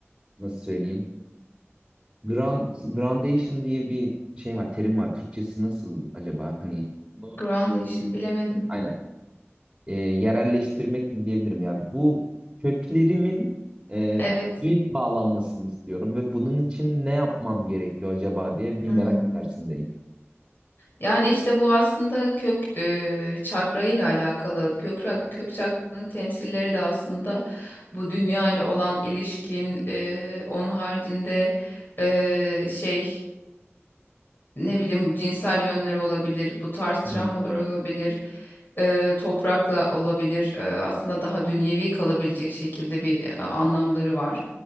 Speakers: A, on the right (about 15°); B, on the left (about 50°).
A: nasıl söyleyeyim grand, gradation diye bir şey var terim var Türkçesi nasıl acaba hani Bunu
B: Groundation
A: y-
B: bilemedim.
A: aynen E, yerelleştirmek gibi diyebilirim yani bu köklerimin e,
B: Evet.
A: iyi bağlanmasını istiyorum ve bunun için ne yapmam gerekiyor acaba diye bir
B: Hmm.
A: merak içerisindeyim.
B: Yani işte bu aslında kök e, çakra ile alakalı. Kök, ra- kök çakranın temsilleri de aslında bu dünya ile olan ilişkin. e, onun haricinde e, şey ne bileyim bu cinsel yönler olabilir, bu tarz travmalar
A: Hı hı,
B: olabilir, eee, toprakla olabilir. Eee, aslında daha dünyevi kalabilecek şekilde bir e, anlamları var.